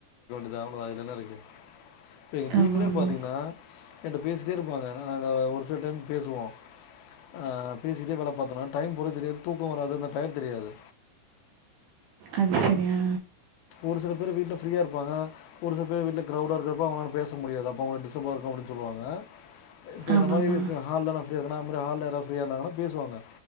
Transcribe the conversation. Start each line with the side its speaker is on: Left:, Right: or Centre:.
Left: தா அவ்ளதா இதுல என்ன இருக்கு இப்ப எங்க டீம்லே
Right: ஆமா, ஆமா.
Left: பாத்தீங்னா என்ட பேசிட்டே இருப்பாங்க நா அதா ஒரு சில டைம் பேசுவோ ஆ பேசிட்டே வேல பாத்தனா டைம் போற தெரியாது தூக்கொ வராது அந்த டயட் தெரியாது
Right: அது செரியா
Left: ஒரு சில பேர் வீட்ல ஃப்ரீயா இருப்பாங்க ஒரு சில பேர் வீட்ல க்ரவுடா இருக்கப்ப அவுங்களால பேச முடியாது அப்ப அவுங்க டிஸ்டர்பா இருக்கு அப்புடின் சொல்லுவாங்க இப்ப
Right: ஆமாமா.
Left: என்ன மாரி இப்ப ஹால்ல நா ஃப்ரீயாருகெனா அ மா ரி ஹால்ல யாராது ஃப்ரீயா இருந்தாங்கனா பேசுவாங்க